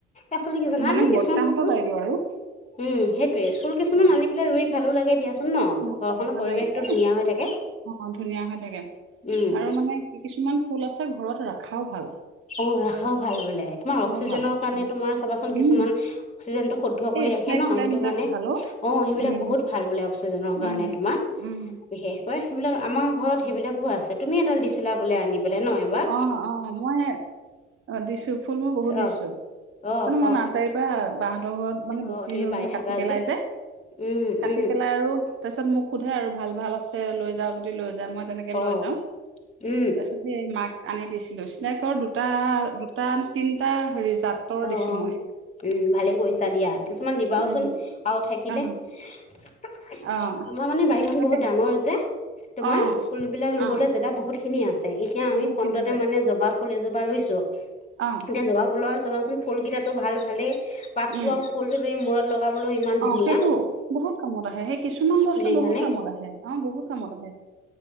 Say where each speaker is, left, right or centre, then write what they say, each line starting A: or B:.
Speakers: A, on the left; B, on the right.
A: আচলতে কি জানানে
B: মানে
A: কিছুমান
B: বৰ্তাহঁতৰ
A: ফুল
B: বাইদেউ আৰু।
A: উম' সেইটোয়ে ফুল কিছুমান
B: উম,
A: আনি পেলাই ৰুই ভালো লাগে দিয়া চোন। ন
B: ভাল
A: ঘৰখনৰ
B: লাগে ভাল
A: পৰিৱেশটো
B: লাগে এ
A: ধুনীয়া হৈ থাকে
B: অ', ধুনীয়া হৈ থাকে
A: উম।
B: আৰু মানে কিছুমান ফুল আছে ঘৰত ৰখাও ভাল।
A: অ ৰাখাও ভাল বোলে তোমাৰ
B: খাও
A: অক্সিজেনৰ
B: ভাল কিছুমান
A: কাৰণে তোমাৰ চাবাচোন কিছুমান।
B: উম।
A: অক্সিজেনটো শুদ্ধ
B: এই
A: কৰি ৰাখে
B: স্নেক
A: ন,
B: প্লেন
A: সেইটো
B: বিলাক
A: কাৰণে অ
B: ভালো।
A: সেইবিলাক
B: উম,
A: বহুত। ভাল বোলে অক্সিজেনৰ
B: উম,
A: কাৰণে তোমাৰ
B: উম,
A: বিশেষ। সেইবিলাক আমাৰ ঘৰত সেইবিলাকো আছে। তুমি এডাল দিছিলা বোলে আনি পেলাই ন! এবাৰ
B: অ' অ' মই দিছো, ফুলো বহুত
A: অ
B: দিছো।
A: অ
B: মানে মই
A: অ
B: নাৰ্চাৰীৰ পৰা বাহতৰ ঘৰত মানে বেছি
A: অ তুমি
B: হৈ
A: পাই
B: গলে
A: থাকা
B: কাটি পেলাই যে।
A: উম
B: কাটি
A: উম
B: পেলাই আৰু তাৰপিছত মোক সোধে আৰু ভাল, ভাল আছে লৈ যাও, যদি লৈ যা, মই। তেনেকে
A: অ
B: লৈ যাও,
A: উম
B: তাৰচত। সেই মাক আনি দিছিলো, স্নকেৰ দুটা, দুটা তিনটা হেৰি জাত।
A: অ
B: দিছো মই।
A: উম ভালেই কৰিছা দিয়া, কিছুমান দিবাওচোন
B: উম,
A: আৰু থাকিলে।
B: অ',
A: আমাৰ
B: অ',
A: মানে বাহিৰখন
B: তাকে
A: বহুত ডাঙৰ যে, তোমাৰ
B: অ',
A: ফুল বিলাক ৰুবলৈ
B: অ',
A: জেগা। বহুত খিনি আছে, এতিয়া আমি
B: বহুত
A: ফ্ৰণ্টতে
B: খিনি আছে
A: মানে জবা ফুলে এজোপা ৰুছো।
B: অ',
A: এতিয়া জবা ফুলৰ চাবাচোন ফুল কেইটাতো ভাল ভালেই পাতটো
B: উম।
A: আৰু। ফুলটো তুমি মূৰত লগাবলৈ ইমান
B: অ
A: ধুনীয়া
B: সেইটো বহুত কামত আহে, সেই কিছুমান বস্তু
A: চুলিৰ
B: বহুত
A: কাৰণে
B: কামত আহে। অ বহুত কামত আহে